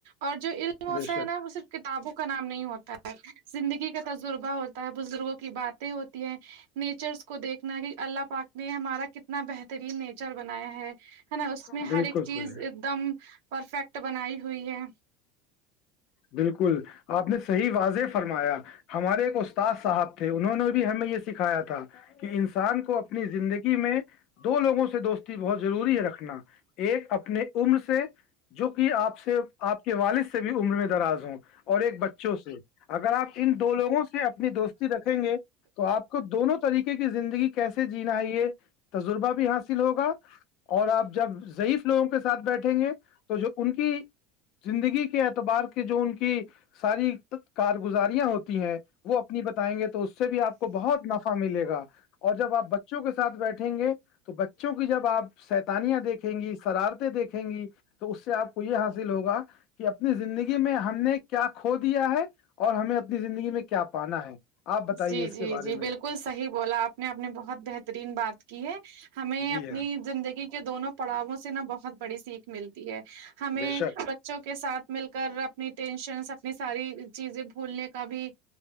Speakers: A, on the right; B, on the left.
A: اور جو ہوتا
B: بے شک
A: ہے نا وہ صرف کتابوں کا نام نہیں ہوتا ہے زندگی کا تجربہ ہوتا ہے بزرگوں کی باتیں ہوتی ہیں نیچرس کو دیکھنا کہ اللہ پاک نے ہمارا کتنا بہترین نیچر بنایا ہے ہے نا اس میں
B: بالکل
A: ہر ایک چیز
B: صحیح
A: ایک دم پرفیکٹ بنائی ہوئی ہے
B: بالکل آپ نے صحیح واضح فرمایا ہمارے ایک د صاحب تھے انہوں نے بھی ہمیں یہ سکھایا تھا کہ انسان کو اپنی زندگی میں دو لوگوں سے دوستی بہت ضروری ہے رکھنا ایک اپنے عمر سے جو کہ آپ سے آپ کے والد سے بھی عمر میں دراز ہوں اور ایک بچوں سے اگر آپ ان دو لوگوں سے اپنی دوستی رکھیں گے تو آپ کو دونوں طریقے کی زندگی کیسے جینا ہے یہ تجربہ بھی حاصل ہوگا اور آپ جب ضعیف لوگوں کے ساتھ بیٹھیں گے تو جو ان کی زندگی کے اعتبار کے جو ان کی ساری کارگزاریاں ہوتی ہیں وہ اپنی بتائیں گے تو اس سے بھی آپ کو بہت نفع ملے گا اور جب آپ بچے بچوں کے ساتھ بیٹھیں گے تو بچوں کی جب آپ سیتانیاں دیکھیں گی شرارتیں دیکھیں گی تو اس سے آپ کو یہ حاصل ہوگا کہ اپنی زندگی میں ہم نے کیا کھو دیا ہے اور ہمیں اپنی زندگی میں کیا پانا ہے آپ بتائیے
A: جی
B: اس
A: جی
B: کے بارے
A: جی
B: میں
A: بالکل صحی بولا آپ نے آپ نے بہت بہترین بات کی ہے ہمیں
B: جی
A: اپنی
B: ہاں
A: زندگی دونوں پڑاؤوں سے نا بہت بڑی سیکھ ملتی ہے ہمیں
B: بے شک
A: بچوں کے سھ مل کر اپنی ٹینشنس اپنی ساری چیزیں بھولنے کا بھی